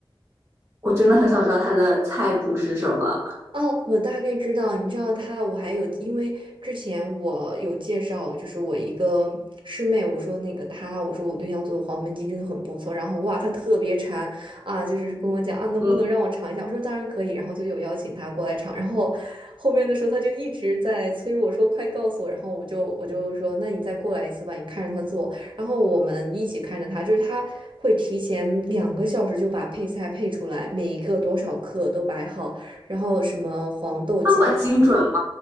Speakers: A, on the right; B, on the right.
A: 我真的很想知道他的菜谱是什么。
B: 哦，我大概知道，你知道他，我还有，因为之前我有介绍，就是我一个师妹，我说那个她，我说我对象做的黄焖鸡真的很不错，然后哇，她特别馋啊，就是跟我讲啊，能不能让我尝一下？
A: 嗯，
B: 我说当然可以，然后就有邀请她过来尝，然后后面的时候她就一直在催我说快告诉我，然后我就我就说那你再过来一次吧，你看着她做，然后我们一起看着他，就是他会提前两个小时就把配菜配出来，每一个多少克都摆好。然后什么黄豆酱啊，
A: 那么精准吗？